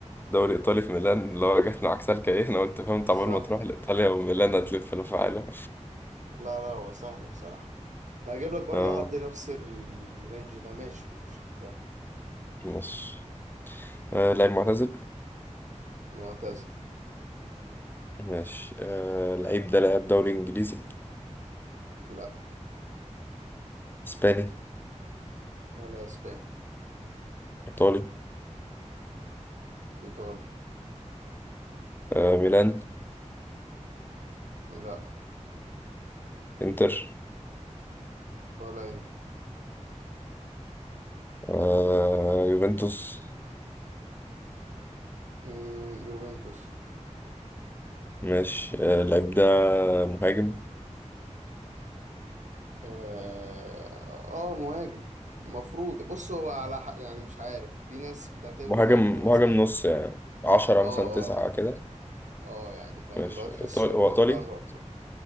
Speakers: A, on the left; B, on the right.
A: دوري ايطالي في ميلان اللي هو جت معاك سالكه ايه انا قلت فهمت
B: بالظبط
A: عمال ما تروح لايطاليا وميلان هتلف لفه عالم
B: لا لا هو سهل بصراحة أنا هجيب لك برضو
A: اه
B: حد نفس الرينج ده ماشي ماشي اخترت
A: ماشي آه لعيب معتزل
B: معتزل
A: ماشي آه لعيب ده لعب دوري انجليزي
B: لا
A: اسباني
B: ولا اسباني
A: ايطالي
B: ايطالي
A: آه ميلان
B: لا
A: انتر
B: ولا انت
A: آه يوفنتوس
B: مم، يوفنتوس
A: ماشي آه اللعيب ده مهاجم
B: اه آه، مهاجم المفروض بص هو على حق يعني مش عارف في ناس بتعتبره
A: مهاجم
B: مهاجم وناس
A: مهاجم
B: لا
A: نص يعني 10
B: اه
A: مثلا 9
B: اه
A: كده
B: اه يعني فاهم
A: ماشي
B: اللي هو تحسه
A: إيطالي هو
B: متطرف
A: إيطالي
B: كده